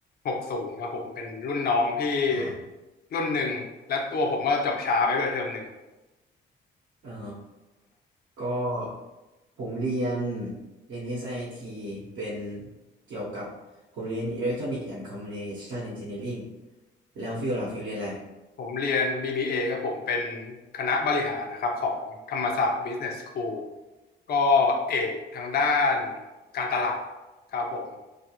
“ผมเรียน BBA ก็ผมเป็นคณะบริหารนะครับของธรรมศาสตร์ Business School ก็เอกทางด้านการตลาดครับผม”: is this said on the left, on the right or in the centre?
Left